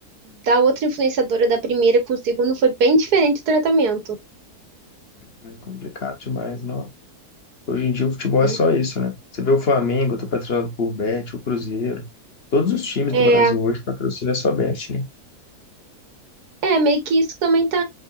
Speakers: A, on the right (about 75°); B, on the left (about 45°).
A: da outra influenciadora, da primeira com o segundo, foi bem diferente o tratamento.
B: É complicado demais, não. Hoje em dia o futebol
A: né?
B: é só isso, né? Você vê o Flamengo, tá patrocinado por Bet, o Cruzeiro. Todos os times
A: É,
B: do Brasil hoje patrocinam só Bet, né?
A: É, meio que isso também tá,